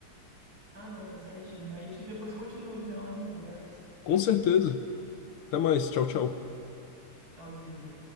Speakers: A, on the right; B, on the left.
A: Ah, não, tá certinho. A gente depois continua, então, a conversa.
B: Com certeza. Até mais. Tchau, tchau.
A: Tchauzinho.